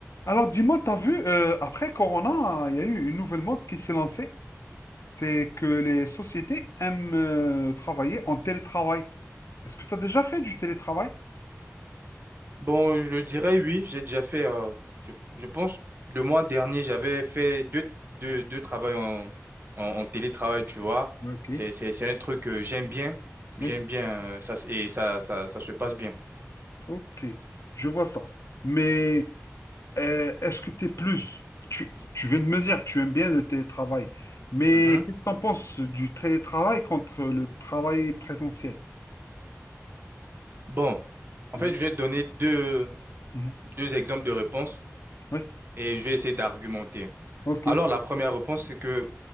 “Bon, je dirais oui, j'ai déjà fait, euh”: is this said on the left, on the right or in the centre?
Right